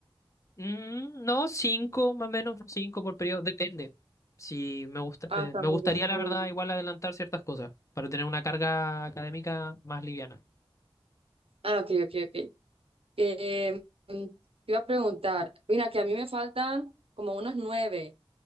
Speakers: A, on the left; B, on the right.
A: Mm, no, cinco, más o menos, cinco por periodo, depende. Si me gusta,
B: Ah,
A: eh,
B: está
A: me
B: muy
A: gustaría,
B: bien, está
A: la verdad,
B: muy bien.
A: igual adelantar ciertas cosas para tener una carga académica más liviana.
B: Ah, ok, ok, ok. Eh, mm, te iba a preguntar, mira, que a mí me faltan como unas nueve,